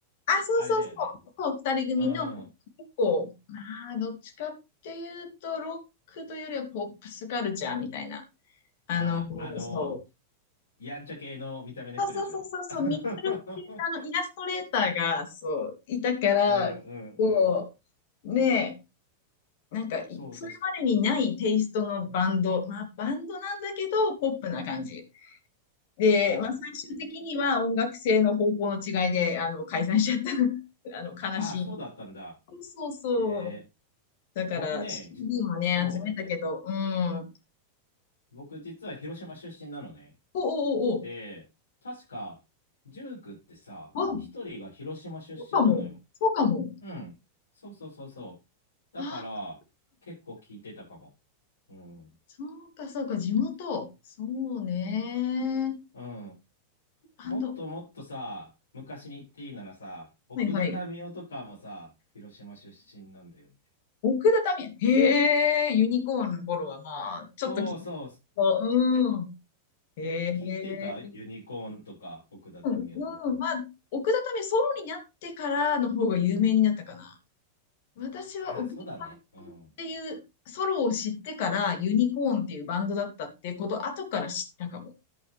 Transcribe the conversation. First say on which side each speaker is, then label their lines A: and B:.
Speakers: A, on the left; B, on the left.
A: あ、そうそうそう、
B: あれだよね。
A: そう、二人組の
B: うん。あ
A: 結構、まあ、どっちかっていうと、ロックというよりはポップスカルチャーみたいな。あの、
B: あ、あの、
A: そう。
B: やんちゃ系の見た目の人でしょ
A: そうそうそうそうそう、
B: <laughs>
A: ミドルっていうあのイラストレーターが、そう、いたから、
B: うんうんうん。
A: こう、ねえ、なんかい、
B: そうそう。
A: それまでにないテイストのバンド。まあ、バンドなんだけど、ポップな感じ。で、
B: あ
A: まあ、最終的には音楽性の方向の違いで、あの、解散しちゃった。<laughs> あの、
B: あ。
A: 悲しい。
B: あ、そうだったんだ。
A: そうそう。
B: えー、
A: だから、
B: 僕ね、
A: CD
B: じ、
A: もね、
B: そう。
A: 集めたけど、うん。
B: 僕実は広島出身なのね。
A: おおお
B: で、確か、ジュー区ってさ、
A: お。あ、
B: 一人が広島出身なのよ。
A: そうかも。そうかも。
B: うん。そうそうそうそう。だから、
A: ああ、
B: 結構聞いてたかも。うん。
A: そうか、そうか、地元。そうね。
B: うん。
A: バンド。
B: もっともっとさ、昔に言っていいならさ、奥田民生とかもさ、
A: はいはい。
B: 広島出身なんだよね。
A: 奥田民生。へえ、ユニコーンの頃はまあ、ちょっときっ
B: そうそう
A: と、うん。へえ、
B: え、聞いてたユニコーンとか、奥田民生とか。
A: うん、うん。まあ、奥田民生ソロになってからの方が有名になったかな。私は奥田
B: ああ、そうだね。うん。
A: さんっていうソロを知ってからユニコーンっていうバンドだったってこと後から知ったかも。